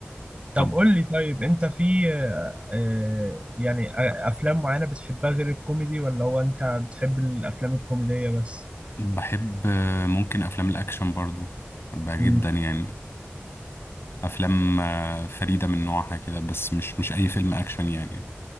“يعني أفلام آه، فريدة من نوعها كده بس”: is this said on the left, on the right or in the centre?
Left